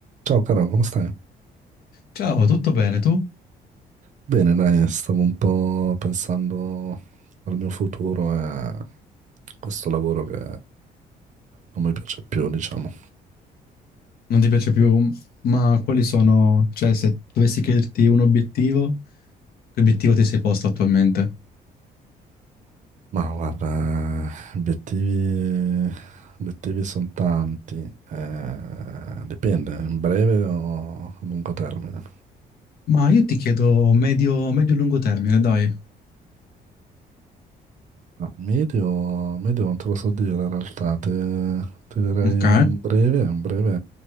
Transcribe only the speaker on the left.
Ciao, tutto bene tu?
Non ti piace più, ma quali sono, cioè se dovessi chiederti un obiettivo, che obiettivo ti sei posto attualmente?
Ma io ti chiedo medio, medio-lungo termine, dai.
Ok,